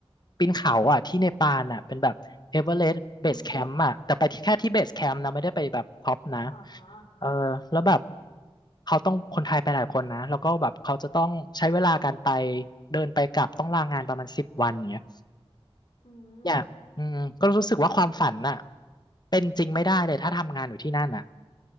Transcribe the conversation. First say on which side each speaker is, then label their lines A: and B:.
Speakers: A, on the left; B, on the left.
A: ปีนเขาอ่ะที่เนปาลอ่ะเป็นแบบเอเวอเรสต์เบสแคมป์อ่ะแต่ไปที่แค่ที่เบสแคมป์นะไม่ได้ไปแบบท็อปนะ
B: อุ๊ยอ๋อ
A: เออแล้วแบบเขาต้องคนไทยไปหลายคนนะแล้วก็แบบเขาจะต้องใช้เวลาการไปเดินไปกลับต้องลางานประมาณสิบวันอย่างเงี้ย
B: อืม
A: เนี่ยอืมก็รู้สึกว่าความฝันน่ะเป็นจริงไม่ได้เลยถ้าทำงานอยู่ที่นั่นน่ะ